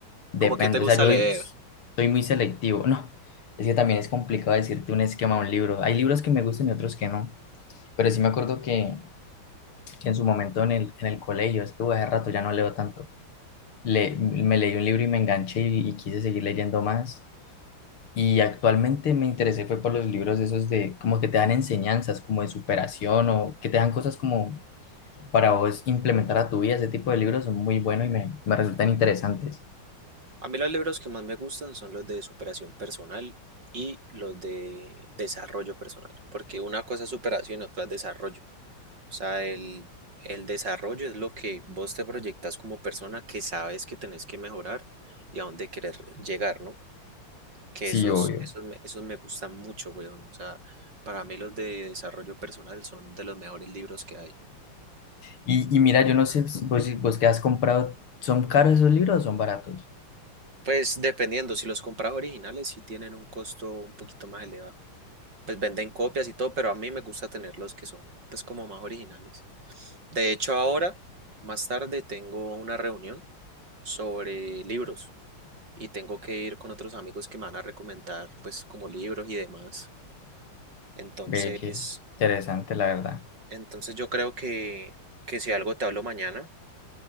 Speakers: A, on the left; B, on the right.
A: Depende,
B: ¿Cómo que te gusta
A: o sea, yo
B: leer?
A: soy muy selectivo. No, es que también es complicado decirte un esquema de un libro. Hay libros que me gustan y otros que no. Pero sí me acuerdo que, que en su momento en el, en el colegio, es que bueno, hace rato ya no leo tanto. Le, me leí un libro y me enganché y, y quise seguir leyendo más. Y actualmente me interesé fue por los libros esos de como que te dan enseñanzas, como de superación o que te dan cosas como para vos implementar a tu vida. Ese tipo de libros son muy buenos y me, me resultan interesantes.
B: A mí los libros que más me gustan son los de superación personal y los de desarrollo personal, porque una cosa es superación y otra es desarrollo. O sea, el, el desarrollo es lo que vos te proyectas como persona que sabes que tenés que mejorar y a dónde querer llegar, ¿no? Que
A: Sí,
B: esos,
A: obvio.
B: esos, me- esos me gustan mucho, weón. O sea, para mí los de desarrollo personal son de los mejores libros que hay.
A: Y, y mira, yo no sé, si vos, si vos que has comprado, ¿son caros esos libros o son baratos?
B: Pues dependiendo, si los compras originales sí tienen un costo un poquito más elevado. pues venden copias y todo, pero a mí me gusta tener los que son pues como más originales. De hecho, ahora, más tarde, tengo una reunión sobre libros y tengo que ir con otros amigos que me van a recomendar pues como libros y demás. Entonces,
A: Ve, qué interesante, la verdad.
B: entonces yo creo que, que si algo te hablo mañana,